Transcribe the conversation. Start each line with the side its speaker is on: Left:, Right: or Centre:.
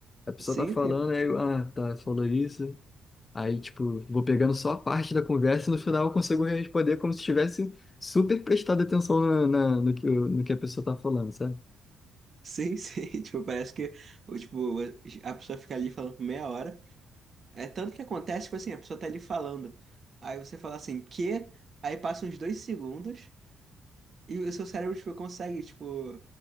Left: A pessoa
Right: Sim,
Left: tá falando,
Right: sim,
Left: aí eu, ah, tá, falou isso. Aí, tipo, vou pegando só a parte da conversa e no final eu consigo responder como se tivesse super prestado atenção na, na- no que, o- no que a pessoa tá falando, sabe?
Right: Sim, sim, <laughs> tipo, parece que, o- tipo, a pessoa fica ali falando por meia hora. É tanto que acontece, tipo assim, a pessoa tá ali falando. Aí você fala assim, que? Aí passa uns dois segundos e o seu cérebro, tipo, consegue, tipo,